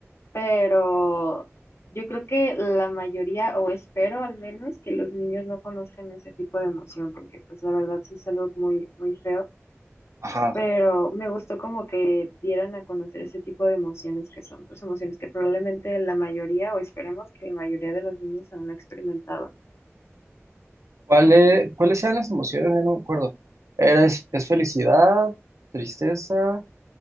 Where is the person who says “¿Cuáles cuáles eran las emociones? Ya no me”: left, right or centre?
Right